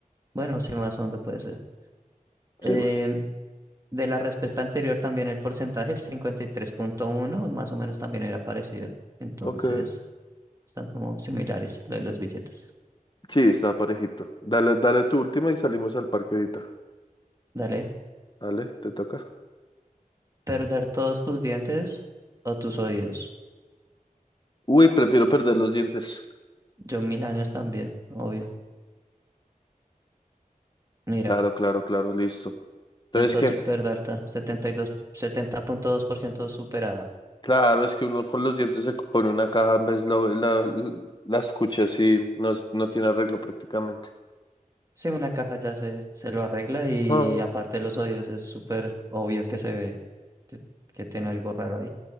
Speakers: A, on the right (about 25°); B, on the left (about 30°).
A: Bueno, sí, más hondo puede ser. Em,
B: Sí, más.
A: De la respuesta anterior también el porcentaje, el cincuenta y tres punto uno más o menos también era parecido. Entonces,
B: Ok.
A: están como similares lo de los billetes.
B: Sí, está parejito. Dale, dale tu última y salimos al parque ahorita.
A: Dale.
B: Dale, te toca.
A: Perder todos tus dientes o tus oídos.
B: Uy, prefiero perder los dientes.
A: Yo mil años también, obvio. Mira,
B: Claro, claro, claro, listo. Entonces,
A: está
B: ¿qué?
A: súper alta, setenta setenta y dos dos punto dos por ciento superada.
B: Claro, es que uno con los dientes se pone una caja, en vez la, la, la escucha así, no, no tiene arreglo prácticamente.
A: Sí, una caja ya se, se lo arregla y
B: Ah.
A: aparte los oídos es súper obvio que se ve que, que tiene algo raro ahí.